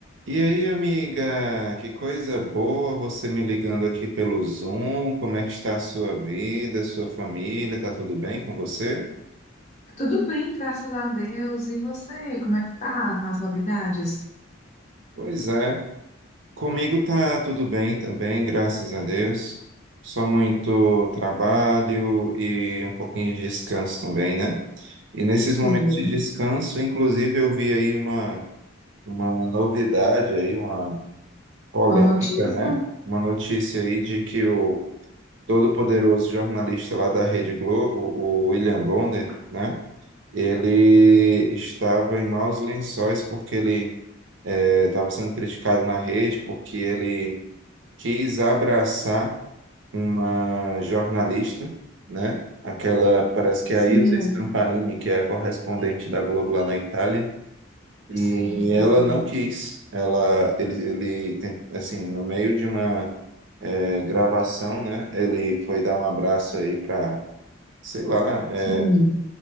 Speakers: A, on the right (about 65°); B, on the left (about 35°).
A: E aí, amiga, que coisa boa você me ligando aqui pelo Zoom. Como é que está a sua vida, a sua família? Tá tudo bem com você?
B: Tudo bem, graças a Deus. E você, como é que tá? As novidades?
A: Pois é, comigo tá tudo bem também, graças a Deus. Só muito trabalho e um pouquinho de descanso também, né? E nesses
B: Sim,
A: momentos de descanso, inclusive, eu vi aí uma, uma novidade aí, uma polêmica,
B: uma notícia?
A: né? Uma notícia aí de que o todo poderoso jornalista lá da Rede Globo, o William Bonner, né? Ele estava em maus lençóis porque ele eh, estava sendo criticado na rede porque ele quis abraçar uma jornalista, né? Aquela, parece que
B: Sim.
A: é a Ilse Scamparini, que é a correspondente da Globo lá na Itália, e
B: Sim,
A: ela
B: sim,
A: não quis. Ela, ele, ele tem- assim, no meio de uma eh, gravação, né? Ele foi dar um abraço aí para, sei lá, eh,
B: sim.